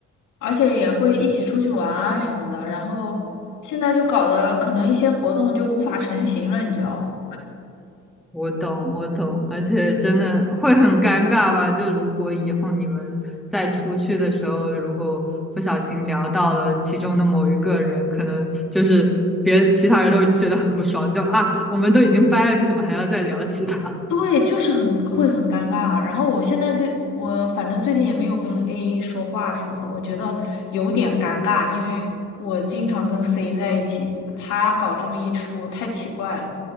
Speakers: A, on the left; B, in the centre.
A: 而且也会一起出去玩啊什么的，然后现在就搞得可能一些活动就无法成型了，你知道吧？
B: 我懂，我懂，而且真的会很尴尬吧？就如果以后你们再出去的时候，如果不小心聊到了其中的某一个人，可能就是别其他人都会觉得很不爽，就啊，我们都已经掰了，你怎么还要再聊其他？
A: 对，就是很会很尴尬。然后我现在就我反正最近也没有跟 A 说话什么的，我觉得有点尴尬，因为我经常跟 C 在一起，他搞这么一出太奇怪了，